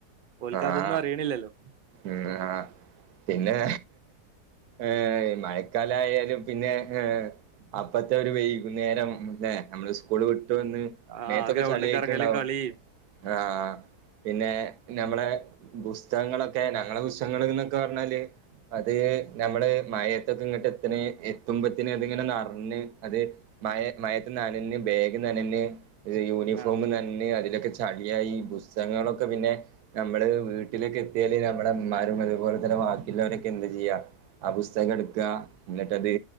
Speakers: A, on the right; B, on the right.
A: ഓൽക്ക്
B: ആഹ
A: അതൊന്നും അറിയണില്ലല്ലോ
B: ഉ ആഹ് പിന്നെ ഏഹ് മയക്കാല ആയാലും പിന്നെ ഏഹ് അപ്പത്തെ ഒരു വൈകുന്നേരം ല്ലെ നമ്മള് സ്കൂള് വിട്ട് വന്ന്
A: ആ
B: മേത്തൊക്കെ
A: ഗ്രൗണ്ടിൽ
B: ചളിയയിട്ടുണ്ടാവും
A: കറങ്ങലും കളിയും
B: ആഹ് പിന്നെ ഞമ്മളെ പുസ്തകങ്ങളൊക്കെ ഞങ്ങളെ പുസ്തകങ്ങ എന്നൊക്കെ പറഞ്ഞാല് അത് നമ്മള് മയത്തൊക്കെ ഇങ്ങോട്ട് എത്ത്ണെ എത്തുമ്പത്തന് അതിങ്ങനെ നറഞ്ഞ് അത് മയ മയത്ത് നനന് ബേഗ് നനന് യൂണിഫോം
A: ആ
B: നനന്ന് അതിലൊക്കെ ചളിയായി പുസ്തകങ്ങളൊക്കെ പിന്നെ നമ്മള് വീട്ടിലേക്കെ എത്തിയാല് നമ്മടെ ഇമ്മാരും അതുപോലെ തന്നെ വാക്കിള്ളൊരൊക്കെ എന്താചെയ്യാ ആ പുസ്തകട്ക്കാ എന്നിട്ടത്